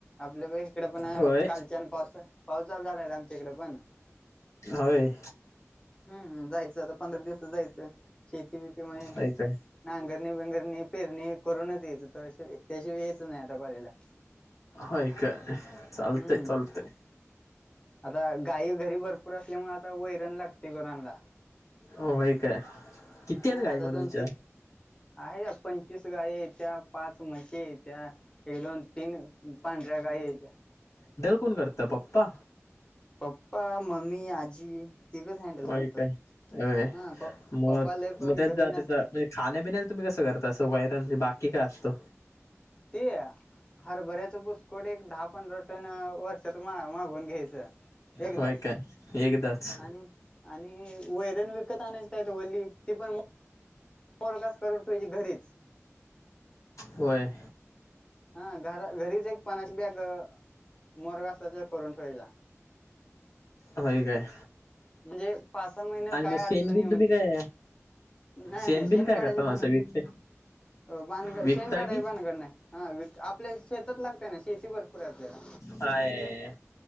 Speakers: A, on the left (about 20°); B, on the left (about 90°).
A: आपल्या प इकडे पण
B: होय
A: कालच्यान पावसा पावसाल झालाय आमच्या इकडे पण,
B: होय.
A: हम्म जायचं आता पंधरा दिवसात जायचं शेती बेतीमुळे
B: होय काय
A: नांगरणी बंगर णी पेरणी करूनच यायच त्याशि त्याशिवाय यायच नाही आता कॉलेजला
B: होय काय चालतय
A: हम्म
B: चालतय
A: आता गाई घरी भरपूर असल्यामुळे आता वैरण लागते गुरांना
B: होय काय? किती आहेत
A: हा
B: गाय
A: आता
B: म
A: दोन
B: तुमच्या?
A: तीन आहे पंचवीस गाय येत्या, पाच म्हशी येत्या एक दोन तीन पांढऱ्या गायी याच्या
B: कोन करता पप्पा
A: पप्पा, मम्मी, आजी, तिघच हँडल
B: हो
A: करतात
B: कायय
A: हा प
B: मग
A: पप्पा लय करून
B: मग त्याचा
A: घरी नसतात
B: त्याचा म्हणजे खाण्यापिण्याच तुम्ही कसं करता तसं वयर <unintelligible> बाकी काय असतं
A: ते हरभऱ्याच भुसकोट एक दहा पंधरा टन वर्षात मागून घ्यायचं. एकदाच
B: होय काय एकदाच
A: आणि आणि वैरण विकत आणायच काय त वली ती पण पोरगास करून तझी घरीच
B: होय.
A: हा घरा घरीच एक पणाशी बीग मोरग असत त्या करून ठेवायच्या
B: होय काय?
A: म्हणजे पाच सहा महिने
B: आणि
A: काय
B: मग शेनबिन
A: अडचण येऊन
B: तुम्ही काय?
A: नाही
B: शेण
A: नाही
B: बिन काय
A: काढायची
B: करता
A: भान
B: मा असं विकते?
A: भानगड
B: विकता
A: शेण काढायची
B: की
A: भानगड नाही हा आपल्या शेतात लागतय ना शेती भरपूर आहे आपल्याला
B: हाय,